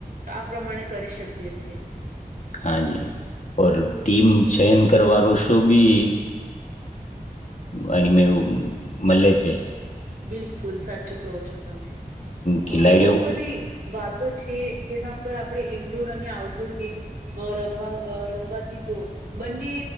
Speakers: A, on the right; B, on the left.
A: આ પ્રમાણે કરી શકીએ છેીએ.
B: હા જી ઓર ટીમ ચયન કરવાો શો ભી આની મઇ મલે છે.
A: બિલકુલ સાચું કહો છો તમે,
B: ખિલાડીઓ
A: અ બહુ બધી વાતો. છે જેના ઉપર આપણે ઈન્ડુર અને આઉટડુર ગેમ રમવા અહ રમવાથી જો બંને